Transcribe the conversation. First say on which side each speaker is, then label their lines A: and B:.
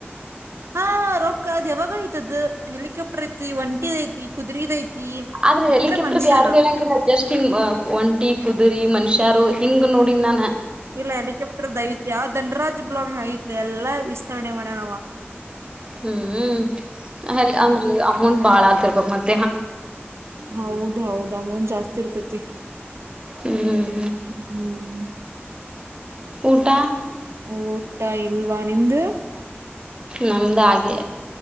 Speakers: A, on the right; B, on the right.
A: ಹಾ ರೊಕ್ಕ ಅದ್ ಯಾವಾಗ ಆಯ್ತದ್ದು ಹೆಲಿಕಾಪ್ಟರ್ ಐತಿ ಒಂಟಿ ಐತಿ, ಕುದು್ರಿದ ಐತಿ,
B: ಆದ್ರೆ
A: ಬಿಟ್ರೆ
B: ಹೆಲಿಕಾಪ್ಟರ್
A: ಮನುಷ್ಯರು
B: ಯಾರು ಹೇಳಂಗಿಲ್ಲ ಜಸ್ಟ್ ಹಿಂಗ ಒಂಟಿ ಕುದುರಿ ಮನುಷ್ಯಾರು. ಹಿಂಗ್ ನೋಡಿನ್ ನಾನ
A: ಇಲ್ಲ ಹೆಲಿಕಾಪ್ಟರ್ದ ಐತ್ಯ ಧನ್ರಾಜ್ ಬ್ಲಾಗ್ಹನ ಐತಿ. ಎಲ್ಲಾ ವಿಸ್ತರಣೆ ಮಾಡ್ಯಾನ್ ಅವ್ವ.
B: ಹ್ಮ್ ಅಂದ್ರ ಅಮೌಂಟ್ ಬಾಳ ಆತಿರ್ಬಕ್ ಮತ್ತ.
A: ಹೌದ ಹೌದು ಅಮೌಂಟ್ ಜಾಸ್ತಿ ಇರ್ತತಿ.
B: ಹ್ಮ್.
A: ಹ್ಮ್.
B: ಊಟ
A: ಊಟಾ ಇಲ್ವಾ ನಿಮ್ದು
B: ನಮ್ದ ಹಾಗೆ